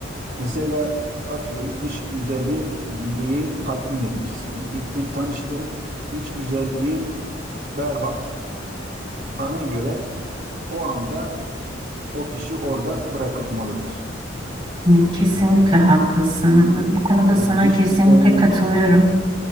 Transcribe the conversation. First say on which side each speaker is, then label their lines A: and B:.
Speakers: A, on the right; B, on the right.
A: mesela atıyorum dış güzelliği tatmin edici seni. Gittin tanıştın, iç güzelliği berbat. Bana göre o anda o kişi orada bırakılmalıdır.
B: Hı, Kesinlikle
A: Hani yani,
B: haklısın. Bu konuda
A: yani
B: sana
A: dış
B: kesinlikle
A: güzel
B: katılıyorum.